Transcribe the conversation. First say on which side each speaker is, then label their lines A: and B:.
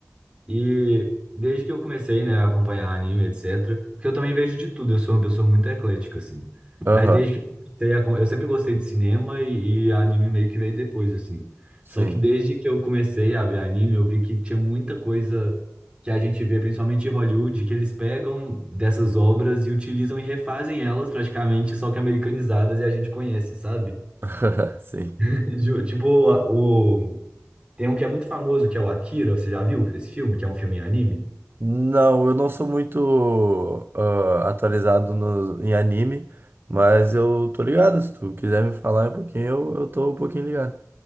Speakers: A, on the right; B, on the right.
A: E desde que eu comecei, né, a acompanhar anime, etc, porque eu também vejo de tudo, eu sou uma pessoa muito eclética, assim.
B: Aham,
A: Mas desde que eu comecei a... acom- Eu sempre gostei de cinema e, e anime meio que veio depois, assim.
B: sim.
A: Só que desde que eu comecei a ver anime, eu vi que tinha muita coisa que a gente vê, principalmente em Hollywood, que eles pegam dessas obras e utilizam e refazem elas praticamente, só que americanizadas e a gente conhece, sabe?
B: <laughs> Sim.
A: <laughs> Ju- Tipo, a- o... Tem um que é muito famoso, que é o Akira, você já viu esse filme? Que é um filme em anime?
B: Não, eu não sou muito ah, atualizado no, em anime, mas eu tô ligado. Se tu quiser me falar um pouquinho, eu, eu tô um pouquinho ligado.